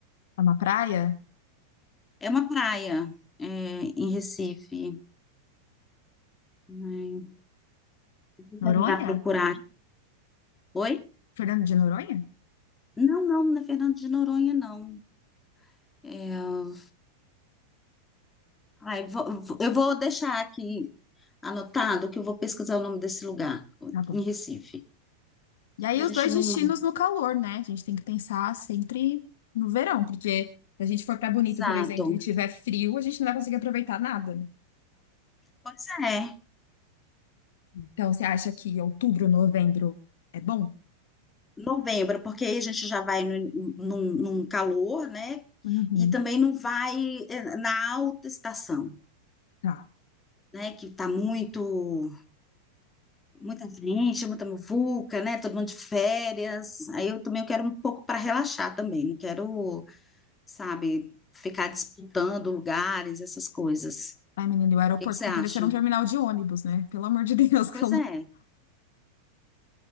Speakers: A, on the left; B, on the left.
A: É uma praia?
B: É uma praia, é, em Recife. Ai, deixa
A: Noronha?
B: eu tentar procurar. Oi?
A: Fernando de Noronha?
B: Não, não, não é Fernando de Noronha, não. É, ai, vou- vou- eu vou deixar aqui anotado que eu vou pesquisar o nome desse lugar,
A: Tá bom.
B: em Recife.
A: E
B: Só
A: aí,
B: para a
A: os
B: gente
A: dois
B: não.
A: destinos no calor, né? A gente tem que pensar sempre no verão, porque se a gente for pra Bonito,
B: Exato.
A: por exemplo, e tiver frio, a gente não vai conseguir aproveitar nada. né?
B: Pois é,
A: Então, você acha que outubro, novembro é bom?
B: novembro, porque aí a gente já vai no, num, num calor, né?
A: Uhum.
B: E também não vai eh, na alta estação.
A: Tá.
B: né, que tá muito, muita gente, muita muvuca, né, todo mundo de férias. Aí eu também eu quero um pouco para relaxar também, não quero, sabe, ficar disputando lugares, essas coisas.
A: Ai, menino, e o aeroporto
B: O que que você
A: fica
B: acha?
A: parecendo um terminal de ônibus, né? Pelo amor de Deus, <laughs> que
B: Pois é. O